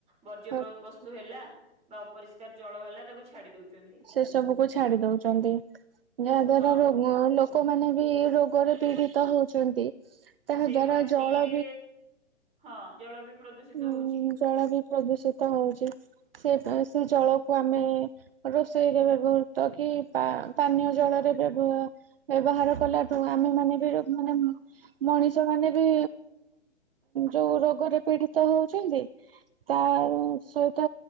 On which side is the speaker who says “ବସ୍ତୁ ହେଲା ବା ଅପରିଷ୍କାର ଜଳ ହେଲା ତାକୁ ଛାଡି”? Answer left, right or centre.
Right